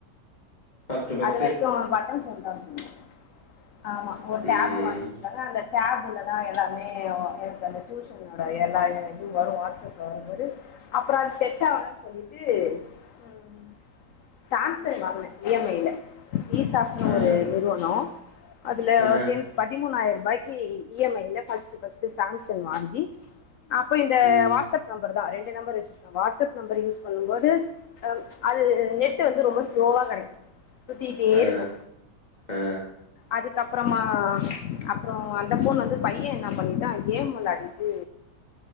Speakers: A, on the left; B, on the left.
A: ஃபஸ்ட்டு ஃபஸ்ட்டு
B: அது வரைக்கு பட்டன் போன் <unintelligible> ஆமா ஒரு
A: ம்
B: டேபு வாங்கி குடுத்தாங்க அந்த டேபுல தா எல்லாமே எனக்கு அந்த டியூஷனோட எல்லா இது வரு வாட்ஸ்ப்ல வரும்போது அப்புற அது சேட்டாகல சொல்லிட்டு ம் சாம்சங் வாங்குன இ எம் ஐல இ சாப்னுு
A: ஆ
B: ஒரு நிறுவன அதுல
A: ஆ
B: டென் பதிமூணாயிர ரூபாய் இ எம் ஐ ல ஃபர்ஸ்ட் ஃபர்ஸ்ட் சாம்சங் வாங்கி அப்போ இந்த
A: ம்
B: வாட்ஸ்அப் நம்பர் தா ரெண்டு நம்பர் வச்சிருக்கே வாட்ஸ்அப் நம்பர் யூஸ் பண்ணும்போது அது நெட்டு வந்து ரொம்ப ஸ்லோவா கெடைக்கு சுத்திட்டே
A: ஆ
B: இருக்கு
A: ஆ
B: அதுக்கப்புறமா அப்புற அந்த போன் வந்து பைய என்ன பண்ணிட்டா கேம் விளையாடிட்டு